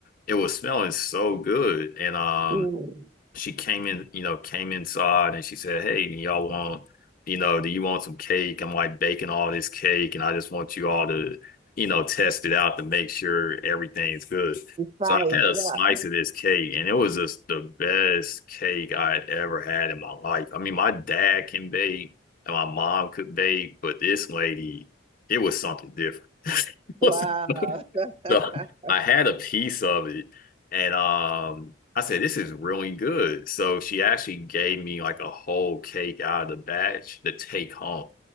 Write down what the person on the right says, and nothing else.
Mm.
Fine.
Wow.
Wow.
<laughs>